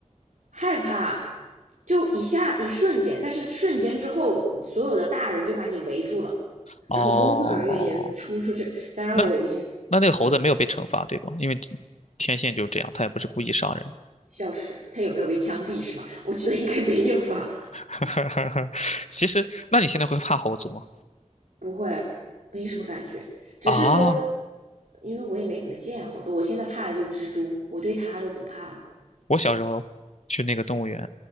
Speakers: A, on the right (about 75°); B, on the left (about 65°).
A: 害怕就一下一瞬间，但是瞬间之后，所有的大人就把你围住了，
B: 哦，
A: 然后工作人员也冲出去，当然我已经
B: 那那那个猴子没有被惩罚，
A: 嗯
B: 对吧？因为天性就是这样，它也不是故意伤人。
A: 笑死，他有没有被枪毙是吗？我觉得应该没有吧，
B: <laughs> 其实，那你现在会怕猴子吗？
A: 不会，没什么感觉。只是说
B: 啊，
A: 因为我也没怎么见猴子，我现在怕的就是蜘蛛，我对它都不怕了
B: 我小时候去那个动物园，